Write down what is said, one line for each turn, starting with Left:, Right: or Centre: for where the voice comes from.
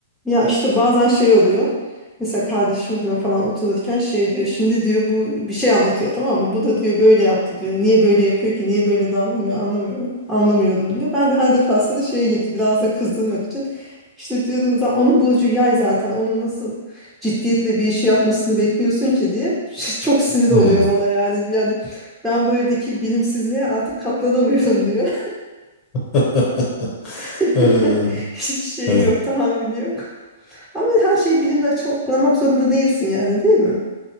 Centre: Ya işte bazen şey oluyor. Mesela kardeşimle falan otururken şey diyor. Şimdi diyor bu bir şey anlatıyor tamam mı? Bu da diyor böyle yaptı diyor. Niye böyle yapıyor ki? Niye böyle davranıyor? Anlamıyorum. Anlamıyorum diyor. Ben de her defasında şeye gitti. Biraz da kızdırmak için. İşte diyorum "Za- onun burcu yay zaten. Onun nasıl ciddiyetle bir işi yapmasını bekliyorsun ki diye. <laughs> Çok sinir
Left: Hmm.
Centre: oluyor bana yani. Yani ben bu evdeki bilimsizliğe artık katlanamıyorum <laughs> diyor.
Left: <laughs>
Centre: <laughs>
Left: Ee,
Centre: Hiç şeyi
Left: evet.
Centre: yok, tahammülü yok. Ama her şeyi bilimle açıklamak zorunda değilsin yani, değil mi?